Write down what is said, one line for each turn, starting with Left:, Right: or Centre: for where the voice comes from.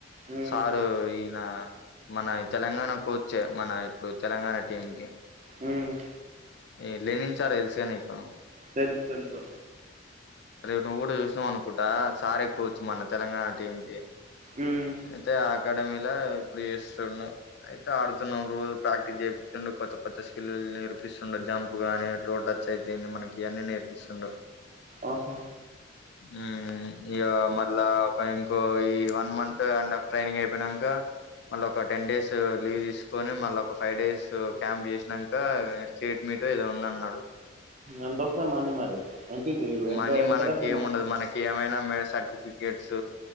Right: మ్మ్
Left: సారు ఈయనా మన తెలంగాణ కోచ్ ఏ మన ఇప్పుడు తెలంగాణ టీం కీ
Right: ఉమ్
Left: ఏ లేనిన్ సార్ తెలుసుగా నీకు
Right: తెలుసు తెలుసు
Left: నువ్ గుడా చూసినావ్ అనుకుంటా సారే కోచ్ మన తెలంగాణ టీం కీ
Right: మ్మ్
Left: అయితే ఆగ్ అకాడమిలా ఇప్పుడు ఏస్ తున్న అయితే ఆడుతున్నం రోజు ప్రాక్టీస్ చేపిస్తుండు కొత్త కొత్త స్కిల్ నేర్పిస్తుండు జంప్ గాన్ అనే టోన్ టచ్ అయితెంది మనకి అన్నీ నేర్పిస్తుండు
Right: ఆహా
Left: ఉమ్ ఇగ మళ్ళా ఒక ఇంకో ఈ one month and half training అయిపోయినంక మళ్ళీ ఒక టెన్ డేస్ లీవ్ తీసుకొని మళ్ళ ఒక ఫైవ్ డేస్ ఉ క్యాంప్ చేసినంక ఆ స్టేట్ మీట్ ఏదో ఉందన్ అన్నాడు
Right: ఎంత వస్తాయి మనీ మరి ఎంత ఇప్పుడు ఎంత
Left: మనీ
Right: ఎంత
Left: మనకి
Right: కట్టారు
Left: ఏముండదు
Right: మా
Left: మనకి ఏమైనా మె సర్టిఫికేట్స్